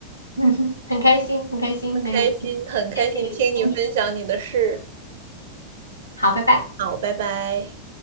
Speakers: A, on the left (about 85°); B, on the right (about 55°).
A: <laughs> 很开心，很开心和你一起
B: 很开心，很开心听你分享你的事。
A: 听好，拜拜。
B: 好，拜拜。